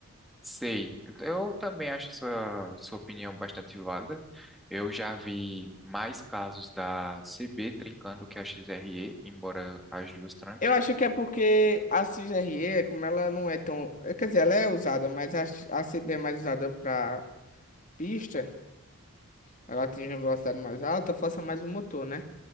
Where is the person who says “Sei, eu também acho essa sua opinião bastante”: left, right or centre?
Centre